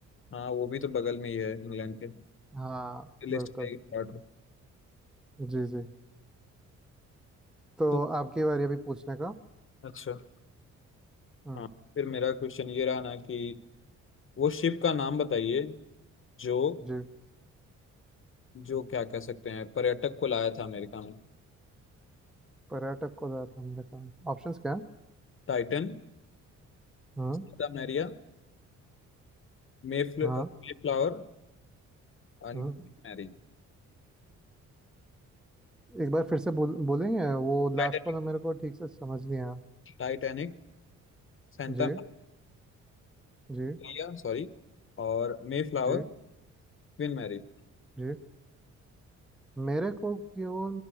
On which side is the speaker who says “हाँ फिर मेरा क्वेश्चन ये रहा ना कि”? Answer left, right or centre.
Left